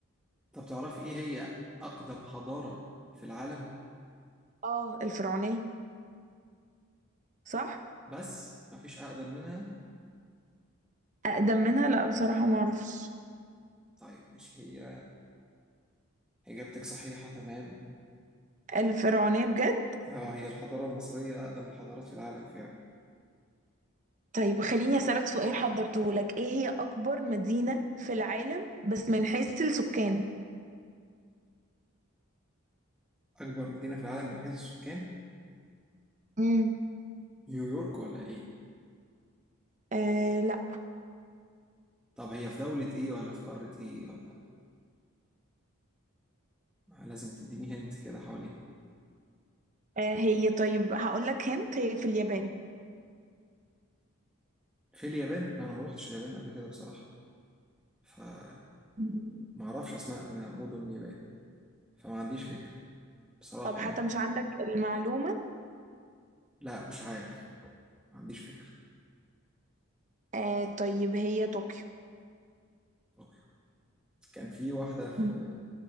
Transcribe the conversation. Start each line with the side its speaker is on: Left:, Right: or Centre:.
Centre: طب تعرفي ايه هي أقدم حضارة في العالم؟
Right: اه الفرعونيه صح
Centre: بس مفيش أقدم منها؟
Right: اقدم منها لا بصراحه ما اعرفش
Centre: طيب ماشي هي إجابتك صحيحة تمام
Right: الفرعونيه بجد
Centre: اه هي الحضارة المصرية أقدم الحضارات في العالم فعلا
Right: طيب خليني اسالك سؤال حضرته لك ايه هي اكبر مدينه في العالم بس من حيث السكان
Centre: أكبر مدينة في العالم من حيث السكان
Right: امم
Centre: نيويورك ولا إيه؟
Right: آه لا
Centre: طب هي في دولة إيه ولا في قارة إيه ولا آه، لازم تديني هنت كده حواليها
Right: آه هي طيب هقول لك هنت هي في اليابان
Centre: في اليابان؟ لا أنا ما روحتش اليابان قبل كده بصراحة فما
Right: مم.
Centre: أعرفش أسماء م- مدن اليابان فما عنديش فكرة بصراحة
Right: طب حتى
Centre: يعني
Right: مش عندك المعلومه
Centre: لا مش عارف ما عنديش فكرة
Right: آه طيب هي طوكيو
Centre: طوكيو كان في واحدة في
Right: مم.